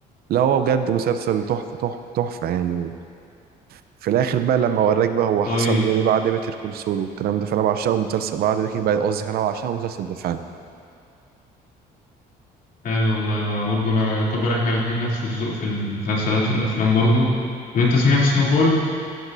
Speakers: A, on the right (about 65°); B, on the left (about 60°).
A: لا هو بجد مسلسل تحفة تحفة تحفة يعني وفي الآخر بقى لما وراك بقى هو
B: طيب
A: حصل إيه بعد بيتر كول سول والكلام ده فأنا بعشقه مسلسل بعد بريكنج باد قصدي فأنا بعشقه المسلسل ده فعلا
B: حلو والله برضه انا يعتبر احنا الاتنين نفس الذوق في المسلسلات والافلام برضه طب انت سمعت سنوفول